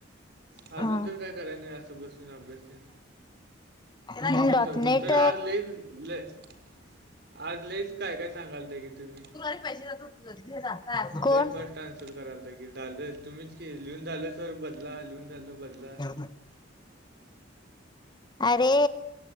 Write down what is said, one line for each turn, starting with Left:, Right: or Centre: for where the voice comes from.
Right: अजून
Left: हा
Right: तर काय कराय नाही असं बसून अभ्यास तेन.
Left: हा
Right: आ तू
Left: डॉटनेट
Right: सब उत्तर आज लय. <unintelligible> आज लईच काय काय सांगालते की तुम्ही.
Left: कुणाले पैशे जातात तुझा घे जा.
Right: लय
Left: कोण
Right: फास्ट आन्सर करायला की झालं तुम्हीच की लिहून झालं सर बदला लिहून झालं बदला
Left: <inaudible> अरे